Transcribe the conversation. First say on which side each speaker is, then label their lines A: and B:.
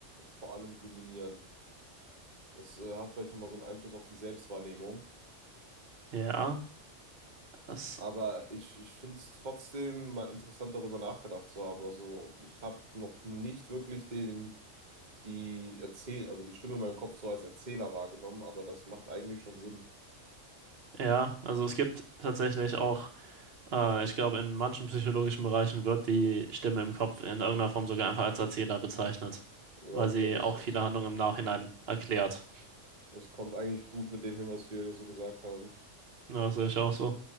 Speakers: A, on the right; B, on the right.
A: vor allem dominieren. Das äh, hat vielleicht nochmal so einen Einfluss auf die Selbstwahrnehmung.
B: Ja, das,
A: Aber ich, ich finde es trotzdem mal interessant, darüber nachgedacht zu haben. Also ich habe noch nicht wirklich den, die Erzähl, also die Stimme in meinem Kopf so als Erzähler wahrgenommen, aber das macht eigentlich schon Sinn.
B: ja, also es gibt tatsächlich auch, äh, ich glaube, in manchen psychologischen Bereichen wird die Stimme im Kopf in irgendeiner Form sogar einfach als Erzähler bezeichnet,
A: Ja,
B: weil
A: okay,
B: sie
A: das,
B: auch
A: das
B: viele Handlungen im Nachhinein erklärt.
A: Das kommt eigentlich gut mit dem hin, was wir so gesagt haben.
B: Ja, das sehe ich auch so.